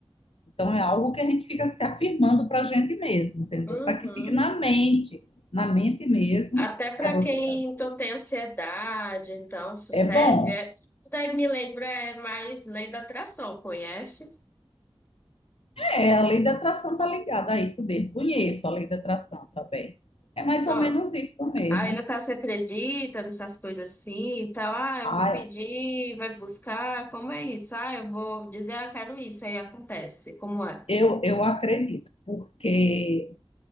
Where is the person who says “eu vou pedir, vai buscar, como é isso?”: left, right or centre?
Left